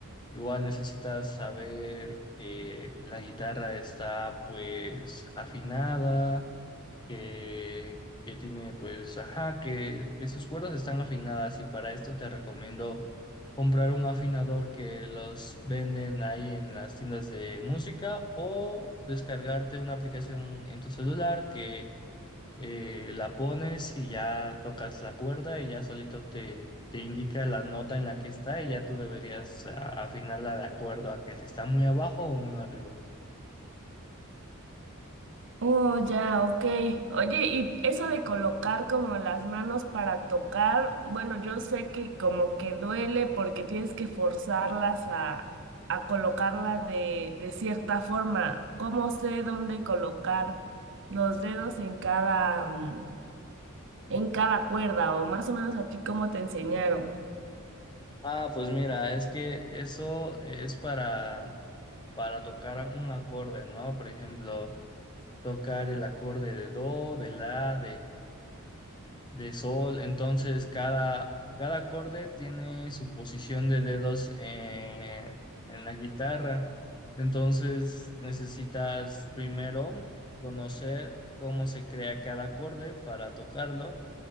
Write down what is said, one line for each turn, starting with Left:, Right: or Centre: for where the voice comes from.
Left: Igual necesitas saber que la guitarra está pues afinada, que, que tiene pues, ajá, que, que sus cuerdas están afinadas y para esto te recomiendo comprar un afinador que los venden ahí en las tiendas de música o descargarte una aplicación en tu celular que eh, la pones y ya tocas la cuerda y ya solito te, te indica la nota en la que está y ya tú deberías a- afinarla de acuerdo a que si está muy abajo o muy arriba.
Right: Oh, ya, ok. Oye, y eso de colocar como las manos para tocar, bueno, yo sé que como que duele porque tienes que forzarlas a, a colocarla de, de cierta forma. ¿Cómo sé dónde colocar los dedos en cada, mm, en cada cuerda? O más o menos a ti, ¿cómo te enseñaron?
Left: Ah, pues mira, es que eso es para, para tocar un acorde, ¿no? Por ejemplo, tocar el acorde de do, de la, de sol. Entonces, cada, cada acorde tiene su posición de dedos eh, en la guitarra. Entonces, necesitas primero conocer cómo se crea cada acorde para tocarlo.